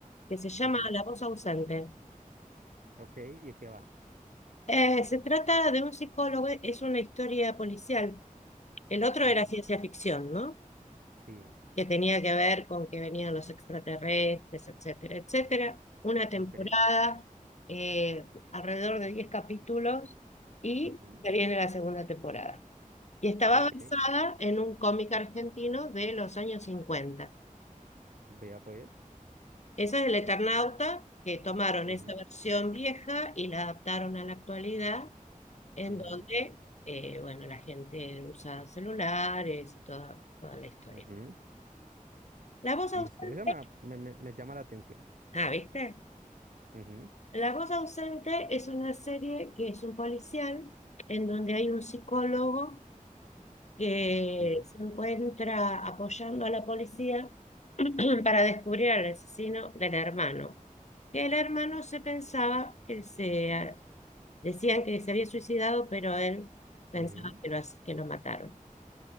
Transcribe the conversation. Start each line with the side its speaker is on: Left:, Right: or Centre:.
Left: que se llama
Right: ujú.
Left: La voz ausente.
Right: Ok, ¿y de qué va?
Left: Eh, se trata de un psicólogo, es una historia policial. El otro
Right: Ujú,
Left: era ciencia ficción, ¿no?
Right: Sí,
Left: que tenía que ver con que venían los extraterrestres, etcétera, etcétera. Una temporada,
Right: ok,
Left: eh, alrededor de 10 capítulos, y
Right: ujú,
Left: se viene la segunda temporada. Y estaba
Right: ok.
Left: basada en un cómic argentino de los años 50.
Right: Vea pues.
Left: Esa es El Eternauta, que tomaron
Right: ujú,
Left: esa versión vieja y la adaptaron a la actualidad, en
Right: ujú,
Left: donde, eh, bueno, la gente usa celulares y toda, toda la historia.
Right: ujú.
Left: La voz
Right: Listo,
Left: ausente,
Right: eso me, me- me- me llama la atención.
Left: ah, ¿viste?
Right: Ujú,
Left: La voz ausente es una serie que es un policial en donde hay un psicólogo que
Right: Sí,
Left: se encuentra apoyando a la policía <clears throat> para descubrir al asesino del hermano. Que el hermano se pensaba que se decían que se había suicidado, pero él pensaba
Right: ujú,
Left: que lo, as- que lo mataron.